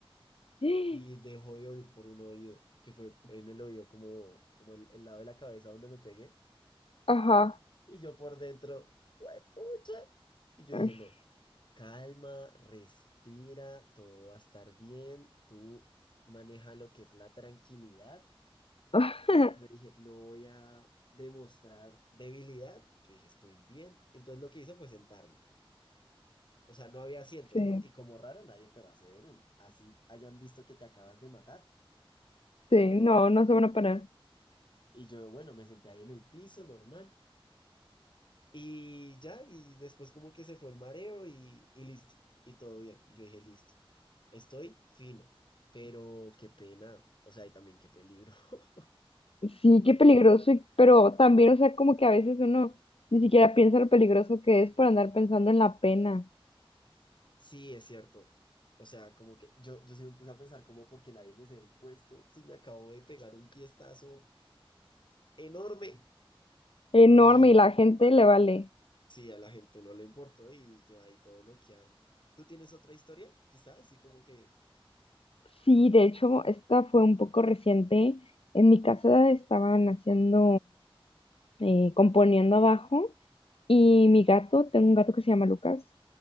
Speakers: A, on the left; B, on the left.
A: sí.
B: y dejo de oír por un oído, que fue en el oído como, como el, el lado de la cabeza donde me pegué.
A: Ajá.
B: Y yo por dentro, pucha! Y yo
A: es-
B: dije, no, calma, respira, todo va a estar bien, tú maneja lo que es la tranquilidad
A: <laughs>
B: Yo dije, no voy a demostrar debilidad. Yo dije, estoy bien. Entonces lo que hice fue sentarme. O sea, no había asientos,
A: Sí,
B: ¿no? Y como raro, nadie te va a ceder uno. Así hayan visto que te acabas de matar.
A: sí, no, no se van a parar.
B: Y yo, bueno, me senté ahí en el piso, normal. Y ya, y después como que se fue el mareo y, y listo. Y todo bien. Y yo dije, listo. Estoy fino. Pero qué pena. O sea, y también qué peligro. <laughs>
A: Sí, qué peligroso, y- pero también, o sea, como que a veces uno ni siquiera piensa lo peligroso que es por andar pensando en la pena.
B: Sí, es cierto. O sea, como que yo, yo sí me puse a pensar como porque nadie me cede el puesto, sí me acabo de pegar un tiestazo enorme
A: Enorme,
B: y
A: y la gente le vale.
B: sí, a la gente no le importó y yo ahí todo bloqueado. ¿Tú tienes otra historia? Quizás, así como que,
A: Sí, de hecho, esta fue un poco reciente. En mi casa estaban haciendo, eh, componiendo abajo. Y mi gato, tengo un gato que se llama Lucas,